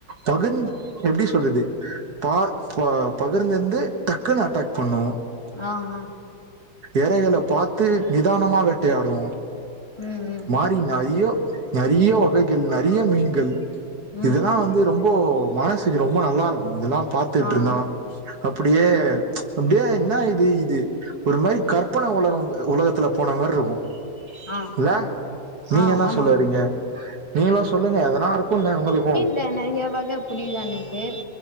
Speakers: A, on the right (about 55°); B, on the left (about 15°).
A: பகுந்து எப்டி சொல்லுது பா ப பகிர்ந்திருந்து டக்குன்னு அட்டாக் பண்ணு
B: ஆ ஆ
A: எறைகள பாத்து நிதானமா வேட்டையாடு
B: ம் ம்
A: இப்டி நெறைய நெறைய வகைகள் நெறைய மீன்கள் இதுல்லா
B: ம்
A: வந்து ரொம்போ மனசுக்கு ரொம்போ நல்லா இருக்கு இதெல்லா பாத்துக்ட்ருந்தா
B: ஆ ஆ
A: அப்படியே அப்டியே என்ன இது இது ஒரு மாரி கற்பன ஒலகம் உலகத்துல போன மாரிருக்கு
B: ஆ
A: இல்ல நீங்க
B: ஆ
A: என்ன
B: ஆமாம்
A: சொல்லவறீங்க நீங்கல்லா சொல்லுங்க எதனா இருக்குன்ல்ல உங்களுக்கு
B: <unintelligible> நெறையா வக புடிக்கு எனக்கு